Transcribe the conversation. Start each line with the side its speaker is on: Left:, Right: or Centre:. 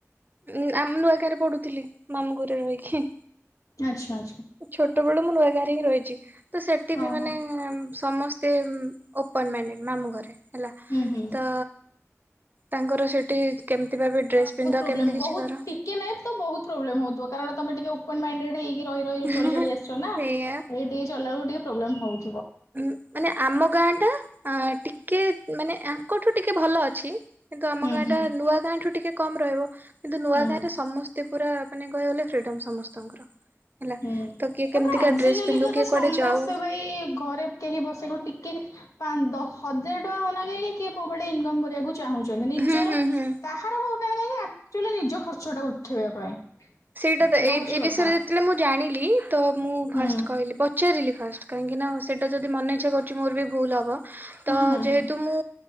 Right: ଉ ଆମ ନୂଆ ଗାଁରେ ପଡୁଥିଲି ମାମୁଁ ଘରେ ରହିକି
Left: ଆଛା।
Right: ଛୋଟ ବେଳୁ ମୁଁ ନୂଆ ଘରେ ହିଁ ରହିଛି ତ ସେଠି ବି
Left: ଓହୋ
Right: ମାନେ ସମସ୍ତ ଓପନ ମାଇ ମାମୁଁ ଘରେ ହେଲା
Left: ହୁଁ ହୁଁ।
Right: ତ ତାଙ୍କର ସେ କେମିତି ଭା ଡ୍ରେସ ପିନ୍ଧ
Left: ବ
Right: କେମିତି କିଛି କର।
Left: ଟିକେ ନାଇଁ ତ ବହୁତ ପ୍ରୋବଲେମ ହଉଥିବ କାରଣମେ ଟିକେ ଓନ ମାଇଣ୍ଡେଇ ରହି ରହି ଚଳି
Right: ସେଇଆ
Left: ଚି ଆସିଛ ନା ଏଇ ଟିକେ ଚଲକୁ ଟିକେ ପ୍ରୋବ୍ଲେମ ହଉଛି।
Right: ଉ ମାନେ ଆମ ଗାଁ ଟା ଆ ଟିକେ ମାନେ, ଆଙ୍କଠୁ ଟିକେ ଭଲ ଅଛି। କିନ୍ତୁ ଆମ
Left: ହୁଁ
Right: ଗାଁ
Left: ହୁଁ
Right: ଟା ନୂଆ ଗାଁ ଠୁ ଟିକେ କମ ରହିବ କିନ୍ତୁ ନୂଆ
Left: ହୁଁ।
Right: ଗାଁ ରେ ସମସ୍ତେ ପୁରା ମାନେ କହଗଲେ ଫ୍ରିଡମ ସମସ୍ତଙ୍କର ହେଲା।
Left: ହୁଁ,
Right: ତ କିଏ
Left: ତାପରେ
Right: କେମିତିକା
Left: ଆଜିକାଲିକା
Right: ଡ୍ରେସ ପିନ୍ଧୁ କିଏ
Left: ତ ସମସ୍ତେ
Right: କୁଆଡେ ଯାଉ
Left: ଭାଇ ଘରେ କେହି ବସକୁ ଟିକେ ଦଶ ହଜାର ଟଙ୍କା ହଉନା କହିକ କିଏ କୋଉ ବାଟେ ଇନକମ କରିବାକୁ ଚାହୁଁଛନ୍ତି ନିଜର
Right: ହୁଁ ହୁଁ ହୁଁ
Left: କାହାର ହଉନା କାହିଁକି ଆଚୁଆଲି ନିଜ ଖର୍ଚ୍ଚଟା ଉଠେଇବା ପାଇଁ
Right: ସେଇଟା
Left: ଏଇଟା
Right: ତ ଏ ଏ
Left: ହଉଛି
Right: ବିଷୟରେ
Left: କଥା
Right: ଯେତେବେଳେ ମୁଁ ଜାଣିଲି ତ ମୁଁ ଫାଷ୍ଟ
Left: ହୁଁ।
Right: କହିଲି, ପଚାରିଲି ଫାଷ୍ଟ କାହିଁକି ନା ସେଇଟା ଯଦି ମନେ ଇଚ୍ଛା କରୁଛି ମୋର ବି ଭୁଲ ହବ ତ
Left: ହୁଁ ହୁଁ
Right: ଯେହେତୁ
Left: ହୁଁ
Right: ମୁଁ